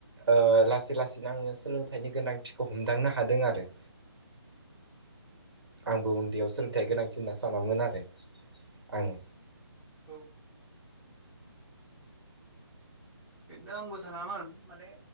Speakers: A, on the right (about 70°); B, in the centre.
A: ओ लासै लासैनो आङो सोलोंथाइनि गोनांथिखौ हमदांनो हादों आरो। आंबो उन्दैयाव सोलोंथाइया गोनांथि होनना सानामोन आरो। आङो
B: औ बेदिनो आंबो सानामोन माने